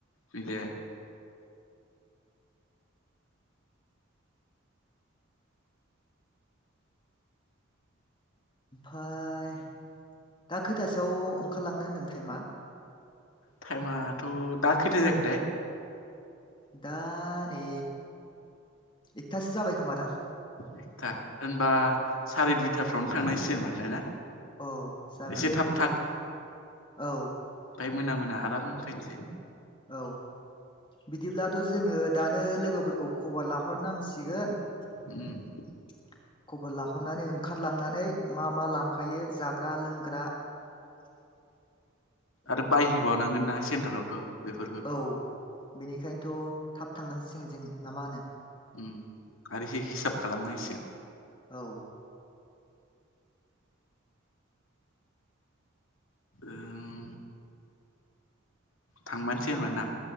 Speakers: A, on the left; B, on the left.
A: मिलायबाय
B: फाय दा खैथासोआव ओंखारलांनो होनदों टाइमा?
A: टाइमाथ' दा खैथा जाखोथाय?
B: दा नै एकथासो जाबाय खोमादां
A: एकथा, होनबा साराय दुइथाफ्रावनो थांनांसिगोन माथो ना?
B: औ जागोन
A: एसे थाब
B: बिदिब्लाथ' औ
A: ओमफाय मोना मोना आराम फैनोसै।
B: औ। बिदिब्लाथ' जोङो दानो लोगोफोरखौ खबर लाहरनांसिगोन
A: ओम।
B: <unintelligible> खबर लाहरनानै ओंखारलांनानै मा मा लांफायो जाग्रा लोंग्रा <unintelligible>
A: आरो बायहैबावनांगोन ना सेन्टारावथ' बेफोरफोरखौ
B: औ बेनिखायनोथ' थाब थांनांसिगोन जों ना मा होनो
A: ओम आरो इसे हिसाब खालामनांसिगोन
B: औ
A: ओम थांमारनोसै
B: नोंथाङा
A: होनबा ना